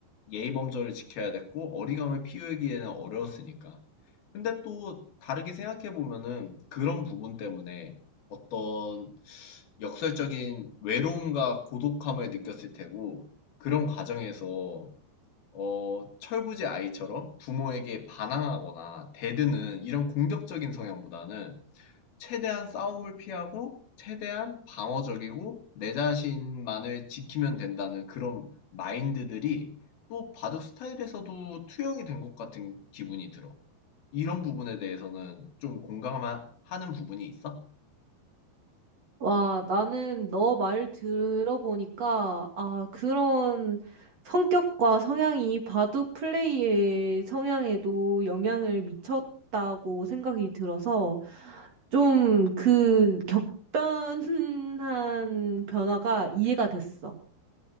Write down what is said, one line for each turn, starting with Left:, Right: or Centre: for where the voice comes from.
Left: 예의 범절을 지켜야 됐고 어리광을 피우기에는 어려웠으니까. 근데 또 다르게 생각해 보면은 그런 부분 때문에 어떤 역설적인 외로움과 고독함을 느꼈을 테고 그런 과정에서 어, 철부지 아이처럼 부모에게 반항하거나 대드는 이런 공격적인 성향보다는 최대한 싸움을 피하고 최대한 방어적이고 내 자신만을 지키면 된다는 그런 마인드들이 또 바둑 스타일에서도 투영이 된 것 같은 기분이 들어. 이런 부분에 대해서는 좀 공감하는 부분이 있어?
Right: 와, 나는 너 말 들어보니까, 아, 그런 성격과 성향이 바둑 플레이의 성향에도 영향을 미쳤다고 생각이 들어서, 좀 그 격변한 변화가 이해가 됐어.